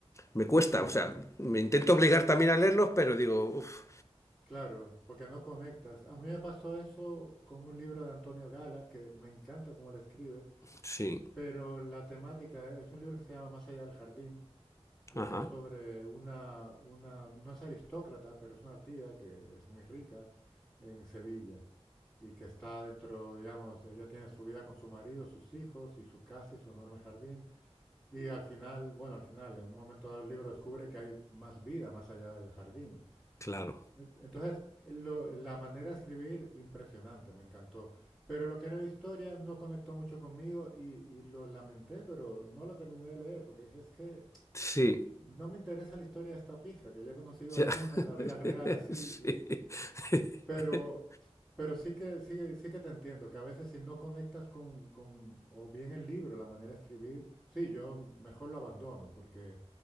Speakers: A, on the left (about 25°); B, in the centre.
A: me cuesta.
B: Sí,
A: O sea,
B: no.
A: me intento obligar también a leerlos, pero digo, uf,
B: Claro, porque no conectas. A mí me pasó eso con un libro de Antonio Gala, que me encanta cómo lo escribe,
A: sí,
B: pero la temática es un libro que se llama Más allá del jardín y
A: ajá,
B: era sobre una, una, no es aristócrata, pero es una tía que es muy rica en Sevilla y que está dentro, digamos, ella tiene su vida con su marido, sus hijos y su casa y su enorme jardín Y al final, bueno, al final, en un momento dado el libro descubre que hay más vida más allá del jardín.
A: claro.
B: E- Entonces, lo- la manera de escribir, impresionante, me encantó. Pero lo que era la historia no conectó mucho conmigo y, y lo lamenté, pero no lo terminé de leer, porque dije, es que
A: Sí,
B: no me interesa la historia de esta pija, que ya he conocido
A: ya.
B: alguna en la vida
A: <laughs>
B: real así,
A: Sí.
B: pero,
A: <laughs>
B: pero sí que, sí, que- sí que te entiendo, que a veces si no conectas con, con- o bien el libro, la manera de escribir, sí, yo mejor lo abandono, porque,